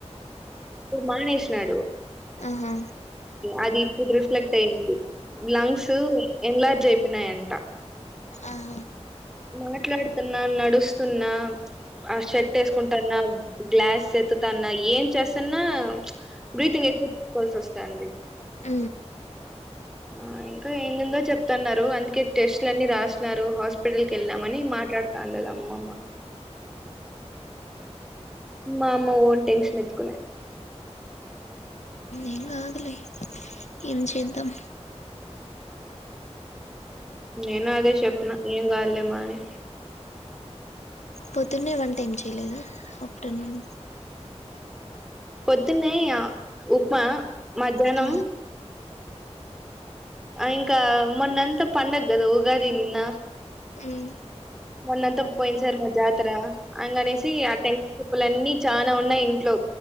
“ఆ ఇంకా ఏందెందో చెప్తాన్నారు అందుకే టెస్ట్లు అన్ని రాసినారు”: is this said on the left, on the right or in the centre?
Centre